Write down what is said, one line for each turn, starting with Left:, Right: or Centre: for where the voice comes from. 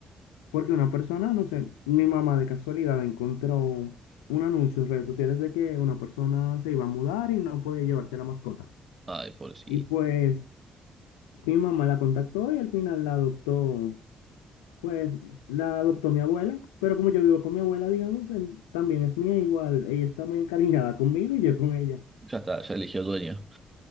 Left: porque una persona, no sé, mi mamá de casualidad encontró un anuncio en redes sociales de que una persona se iba a mudar y no podía llevarte la mascota.
Right: Ay, pobrecito.
Left: Y pues mi mamá la contactó y al final la adoptó Pues la adoptó mi abuela, pero como yo vivo con mi abuela, digamos, en- también es mía igual. Ella está muy encariñada conmigo y yo con ella.
Right: Ya está, ya eligió dueño.